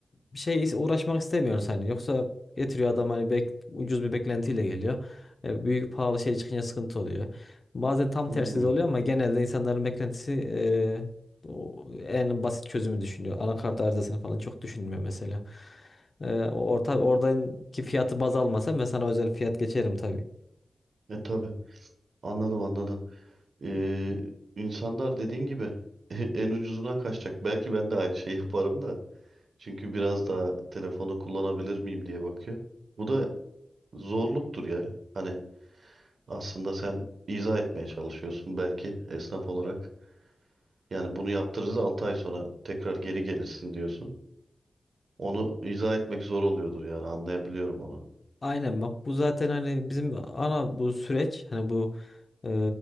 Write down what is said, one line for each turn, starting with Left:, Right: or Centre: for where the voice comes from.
Left: bir şey uğraşmak istemiyoruz hani. Yoksa getiriyor adam hani bek, ucuz bir beklentiyle geliyor. E, büyük pahalı şey çıkınca sıkıntı oluyor. Bazen tam
Right: Hmm.
Left: tersi de oluyor ama genelde insanların beklentisi eee, o en basit çözümü düşünüyor. Anakart arızasını falan çok düşünmüyor mesela. Eee orta, oradaki fiyatı baz almasa ben sana özel fiyat geçerim tabii.
Right: E tabii anladım anladım. Ee, insanlar dediğin gibi <laughs> en ucuzuna kaçacak. Belki ben de aynı şeyi <laughs> yaparım da. Çünkü biraz daha telefonu kullanabilir miyim diye bakıyor. Bu da zorluktur ya. Hani aslında sen izah etmeye çalışıyorsun belki esnaf olarak. Yani bunu yaptırırız 6 ay sonra tekrar geri gelirsin diyorsun. Onu izah etmek zor oluyordur yani anlayabiliyorum onu.
Left: Aynen bak bu zaten hani bizim ana bu süreç hani bu e,